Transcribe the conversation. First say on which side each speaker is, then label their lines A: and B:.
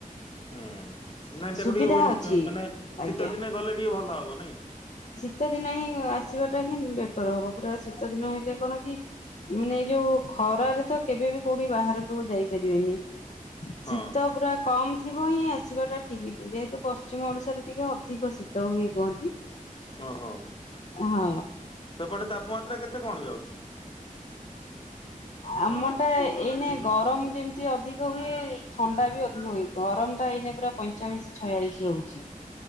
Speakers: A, on the left (about 40°); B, on the left (about 55°).
A: ହୁଁ ନାଇଁ ତାକୁ
B: ସୁବିଧା
A: ଟିକେ ଉଇଁଟ
B: ଅଛି
A: ମାନେ
B: ଆଜ୍ଞା
A: ଶୀତ ଦିନେ ଗଲେ ଟିକେ ଭଲ ହବ ନାଇଁ।
B: ଶୀତଦିନେ ହିଁ ଆସିବାଟା ହିଁ ବେଟର ହବ ପୁରା ଶୀତଦିନ ହେଲେ କଣ ଉଁ ମୁନେ ଯୋଉ ଖରା ଘରେ ତ କେବେବି କୋଉଠି ବାହାରକୁ ଯାଇପାରିବେନି।
A: ହଁ
B: ଶୀତ ପୁରା କମ୍ ଥି ଥିବ ହିଁ ଆସିବାଟା ଠିକ୍ ଯେ ତ ପଶ୍ଚିମ ଓଡିଶାରେ ଟିକେ ଅଧିକ ଶୀତ ହୁଏ କୁହନ୍ତି।
A: ଅହ
B: ହଁ
A: ସେପଟେ ତାପମାତ୍ରା କେତେ କଣ ଯାଉଚି? <inaudible>
B: ଆମ ଟା ଏଇନେ ଗରମ ଯେମିତି ଅଧିକ ହୁଏ ଥଣ୍ଡା ବି ଅଧିକ ହୁଏ। ଗରମ ଟା ଏଇନେ ପୁରା ପଇଁଚାଳିଶ ଛୟାଳିଶ ରହୁ ଜି।